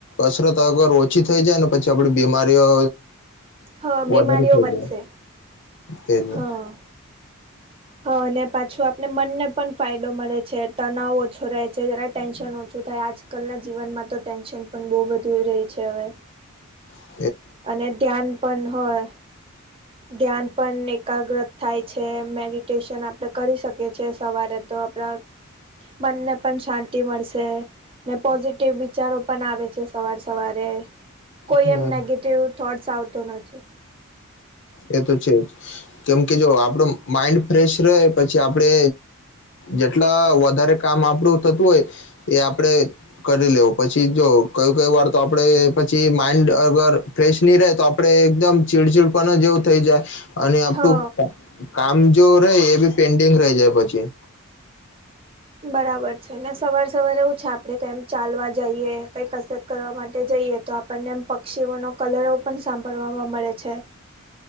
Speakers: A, on the left (about 55°); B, on the right (about 25°).
A: કસરત અગર ઓછી થઈ જાય ને પછી આપડી બીમારીઓ
B: હા
A: વધારે
B: બીમારીઓ
A: થઇ
B: વધશે
A: જાય એજ ને
B: હા હા અને પાછું આપને મનને પણ ફાયદો મળે છે તનાવ ઓછો રહે છે જરા ટેન્શન ઓછું થાય આજ આજકાલના જીવનમાં તો ટેન્શન પણ બહુ બધું રહે છે હવે
A: હ
B: અને ધ્યાન પણ હોય ધ્યાન પણ એકાગ્રત થાય છે મેડિટેશન આપણેે કરી શકીએ છીએ સવારે તો આપડા મનને પણ શાંતિ મળશે ને પોઝિટિવ વિચારો પણ આવે છે સવાર સવારે કોઈ
A: હમ્મ.
B: એમ નેગેટિવ થોટ્સ આવતો નથી
A: એ તો છે જ કેમ કે જો આપડો માઈન્ડ ફ્રેશ રહે પછી આપડે જેટલા વધારે કામ આપડું થતું હોય એ આપડે કરી લેવું પછી જો કય કય વાર તો આપડે પછી માઈન્ડ અગર ફ્રેશ નહી રહે તો આપડે એકદમ ચીડચીડ પણ જેવું થઈ જાય અને આપણું
B: હ
A: કામ જો રે એ બી પેન્ડિંગ રહી જાય પછી
B: બરાબર છે ને સવાર સવારે એવું છે આપ ણે કેમ ચાલવા જઈએ કઈકશે કરવા માટે જઈએ તો આપણને એમ પક્ષીઓનો કલરવ પણ સાંભળવા મળે છે